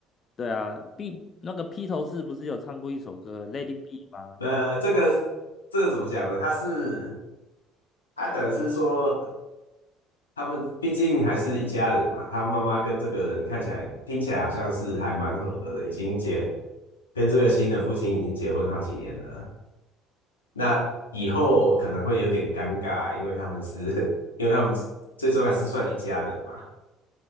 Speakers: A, on the left; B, on the left.
A: 对啊，B 那个披头士不是有唱过一首歌《l a d y be》吗？
B: 呃，这个这个怎么讲呢？他是。他可能是说，他们毕竟还是一家人嘛。他妈妈跟这个人看起来、听起来好像是还蛮合的，已经结跟这个新的父亲已经结婚好几年了。那以后可能会有点尴尬，因为他们是，<laughs> 因为他们最终还是算一家人嘛。